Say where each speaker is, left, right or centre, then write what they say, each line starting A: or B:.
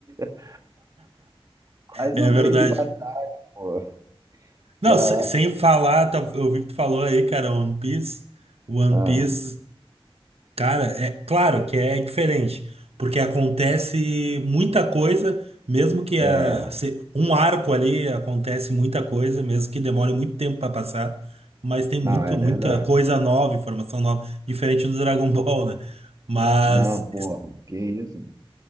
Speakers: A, on the right; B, on the right.
A: <laughs> quase
B: É
A: um mês
B: verdade.
A: de batalha, pô.
B: Não,
A: Caraca.
B: se- sem falar, tá- eu vi que tu falou aí, cara, One Piece. One
A: Ah,
B: Piece, cara, é claro que é diferente, porque acontece muita coisa, mesmo que
A: é.
B: a, se- um arco ali acontece muita coisa, mesmo que demore muito tempo pra passar, mas tem
A: Não,
B: muito,
A: é verdade.
B: muita coisa nova, informação nova, diferente do Dragon <laughs> Ball, né? Mas
A: Não, porra, que isso?